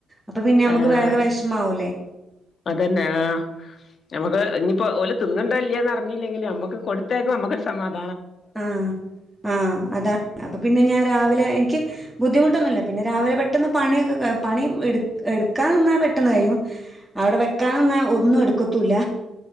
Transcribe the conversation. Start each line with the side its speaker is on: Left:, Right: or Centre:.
Centre: അപ്പൊ പിന്നെ നമ്മുക്ക്
Left: ആഹ്
Centre: വേഗ വിഷമാവൂലേ.
Left: അതന്നെ ആഹ് നമുക്ക് ഇനിയിപ്പോൊഓല തിന്നുണ്ടോ ഇല്ലന്ന് അറിഞ്ഞില്ലെങ്കിൽ നമ്മുക്ക് കൊടുത്തേക്കും നമ്മുക്ക ഒരു സമാധാനം.
Centre: ആഹ് ആഹ് അതാണ് അപ്പൊ പിന്നെ ഞാൻ രാവിലെ- എനിക്ക് ബുദ്ധിമുട്ടൊന്നുമില്ല പിന്നെ രാവിലെ പെട്ടെന്ന് പണിയൊക്കെ പണി എടു എടുക്കാനിന്നാൽ പെട്ടെന്ന് കഴിയും. അവിടെ വെക്കാ തന്നാൽ ഒന്നും എടുക്ക- ക്കൂല,